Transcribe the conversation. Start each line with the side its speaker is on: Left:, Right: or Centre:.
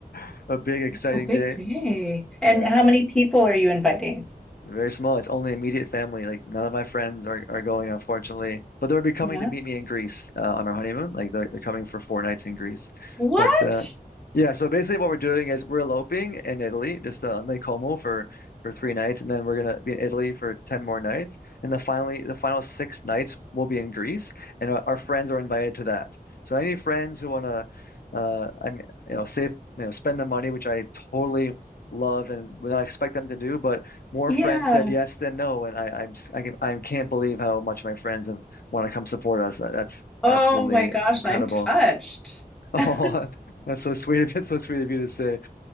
Left: <laughs> a big exciting
Centre: Oh, big
Left: day.
Centre: day. And
Left: Yeah.
Centre: how many people are you inviting?
Left: It's very small. It's only immediate family. Like none of my friends are, are going, unfortunately. But they'll be coming
Centre: Yeah.
Left: to meet me in Greece uh, on our honeymoon. Like they're, they're coming for four nights in Greece.
Centre: What?
Left: But uh, yeah, so basically what we're doing is we're eloping in Italy, just uh, on Lake Como for for three nights, and then we're gonna be in Italy for ten more nights, and the finally the final six nights will be in Greece, and our, our friends are invited to that. So any friends who wanna, uh, I'm you know save you know spend the money, which I totally love and would not expect them to do, but more
Centre: Yeah.
Left: friends said yes than no, and I, I'm s- i am I can I can't believe how much my friends have want to come support us. That- That's
Centre: Oh
Left: absolutely
Centre: my gosh,
Left: incredible.
Centre: I'm touched.
Left: <laughs>
Centre: <laughs>
Left: Oh,
Centre: Are
Left: that's so sweet of you. So sweet of you to say.